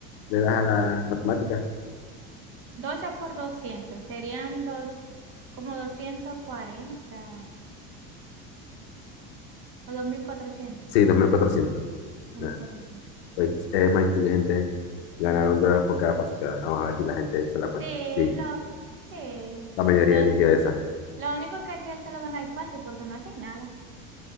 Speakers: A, on the left (about 85°); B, on the right (about 45°).
A: le das a la matemática.
B: doce por 200 serían dos, como 240 o dos dos mil cuatrocientos,
A: Sí, 2400.
B: dos
A: Ah,
B: mil cuatrocientos.
A: pues es más inteligente ganar un dólar por cada paso que da. Vamos a ver si la gente hizo la cuenta.
B: Sí,
A: Sí,
B: lo, sí.
A: la mayoría
B: Lo,
A: eligió esa.
B: lo único que aquel te lo gana es fácil porque no haces nada.